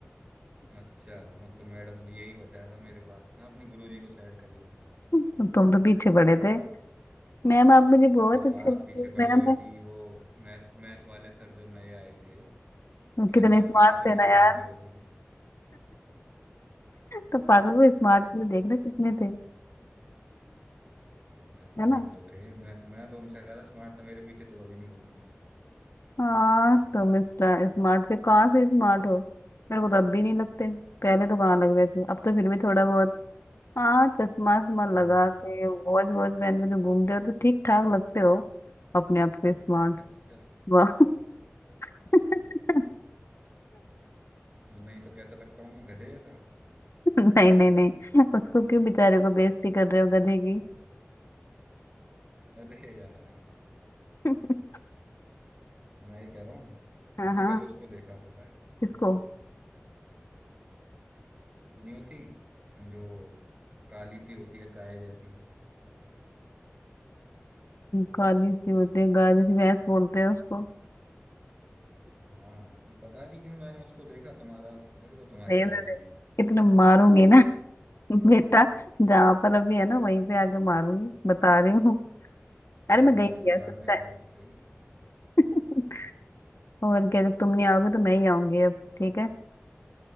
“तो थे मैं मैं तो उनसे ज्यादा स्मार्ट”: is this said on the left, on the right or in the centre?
Right